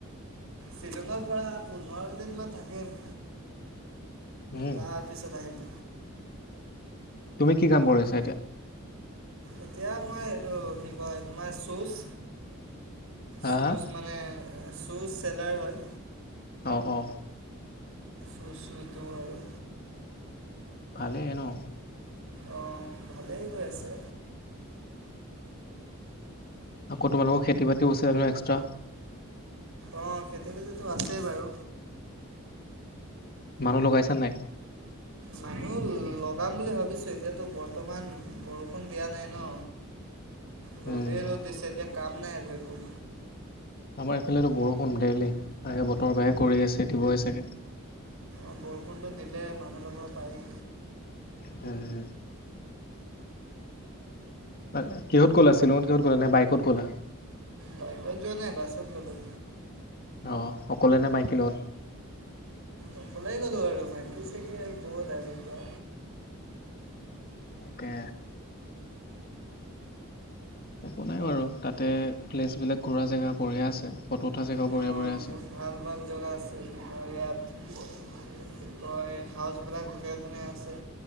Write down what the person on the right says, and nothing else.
শ্বিলঙৰ পৰা পোন্ধৰ দিন মান থাকিম।
তাৰ। পিছত আহিম।
এতিয়া মই এইটো কি কয়, তোমাৰ শ্বুজ,
শ্বুজ
মানে শ্বুজ চেলাৰ হয়।
প্ৰশ্নটো আৰু।
অ', ভালেই গৈ আছে।
অ', খেতি-বাতিতো আছেই বাৰু।
মানুহ লগাম বুলি ভাবিছোঁ। এতিয়াতো বৰ্তমান বৰষুণ দিয়া নাই ন! ৰ'দেই
ৰ'দ দিছে, এতিয়া কাম নাই আৰু একো।
অ', বৰষুণটো দিলে মানুহ লগাব পাৰি।
বাইকত যোৱা নাই, বাছত গ'লো।
অকলেই গ'লো আৰু। মাইকী চাইকী ক'ত আৰু এতিয়া।
অঁ
বহুত ভাল ভাল জোগা আছে তোমাৰ ইয়াত। কি কয় হাউচবিলাক ধুনীয়া ধুনীয়া আছে।